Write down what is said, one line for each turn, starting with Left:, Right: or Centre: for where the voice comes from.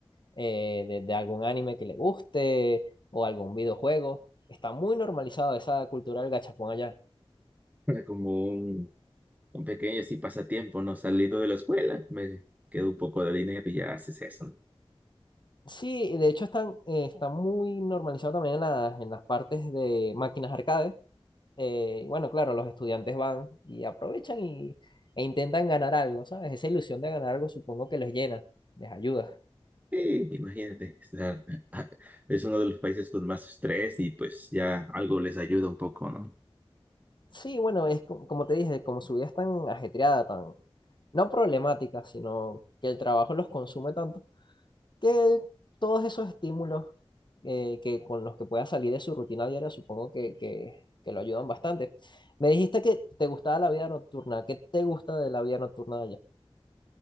Left: eh, de, de algún anime que le guste o algún videojuego. Está muy normalizado esa cultura del gachapón allá.
Right: Era Como un Con pequeños sí pasatiempo, ¿no? Saliendo de la escuela, me quedo un poco de dinero y ya haces eso, ¿no?
Left: Sí, de hecho están, eh, está muy normalizado también en las, en las partes de máquinas arcade. Eh, y bueno, claro, los estudiantes van y aprovechan y, e intentan ganar algo, ¿sabes? Esa ilusión de ganar algo supongo que les llena, les ayuda.
Right: Sí, imagínate, estar, <laughs> es uno de los países con más estrés y pues ya algo les ayuda un poco, ¿no?
Left: Sí, bueno, es co- como te dije, como su vida es tan ajetreada, tan, no problemática, sino que el trabajo los consume tanto, que todos esos estímulos eh, que con los que pueda salir de su rutina diaria, supongo que, que, que lo ayudan bastante. Me dijiste que te gustaba la vida nocturna. ¿Qué te gusta de la vida nocturna de allá?